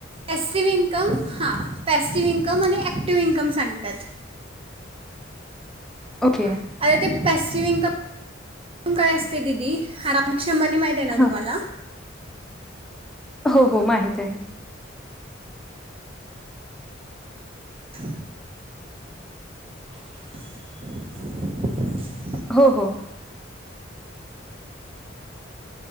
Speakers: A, on the right (about 30°); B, in the centre.
A: S C being income हा पॅसिटिव्ह इन्कम आणि ॲक्टिव इन्कम सांगतात. <unintelligible>
B: ओके.
A: पॅसिफ काय असते दिदी हरा शंभरनी माहिती आहे ना
B: हां.
A: तुम्हाला.
B: हो हो माहित आहे.
A: ह. <unintelligible>
B: हो हो.